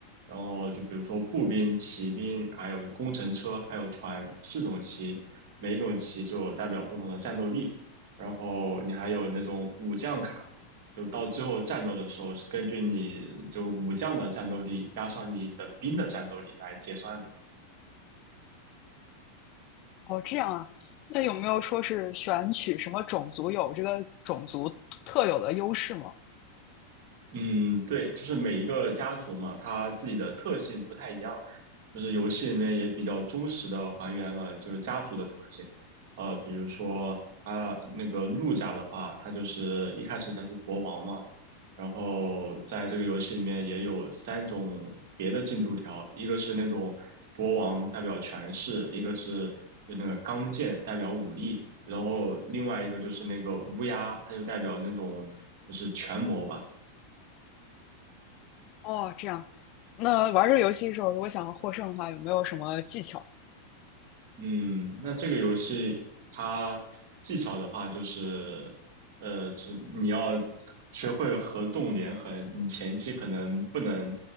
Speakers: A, on the right; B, on the left.
A: 然后就比如说步兵、骑兵，还有工程车，还有船，四种棋，每一种棋就代表不同的战斗力。然后你还有那种武将卡，就到最后战斗的时候是根据你就武将的战斗力加上你的兵的战斗力来结算的。
B: 哦，这样啊。那有没有说是选取什么种族有这个种族特有的优势吗？
A: 嗯，对，就是每一个家族嘛，它自己的特性不太一样，就是游戏里面也比较忠实的还原了就是家族的特性，呃，比如说他那个陆家的话，他就是一开始他就国王嘛，然后在这个游戏里面也有三种别的进度条，一个是那种国王代表权势，一个是就那个钢剑代表武力，然后另外一个就是那个乌鸦，它就代表那种就是权谋吧。
B: 哦，这样。那玩这个游戏的时候，如果想要获胜的话，有没有什么技巧？哎
A: 嗯，那这个游戏它技巧的话，就是，呃，就是你要学会合纵连横，你前期可能不能